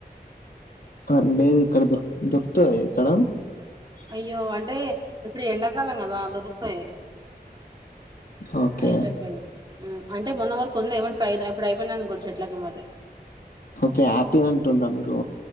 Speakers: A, on the left (about 65°); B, on the right (about 25°).
A: అ లేదు ఇక్కడ దొరు దొరుకుతథ ఇక్కడ
B: అయ్యో అంటే ఇప్పుడు ఎండాకాలం కదా దొరుకుతాయి
A: ఓకే.
B: ఐస్ ఆపిల్ ఉ అంటే మొన్న వరకు ఉంది ఏమ ఇప్పుడు అయిపోయినాని కూడా చెట్ల కు మరి
A: ఓకే ఆపిల్ అంటుండ్రా మీరు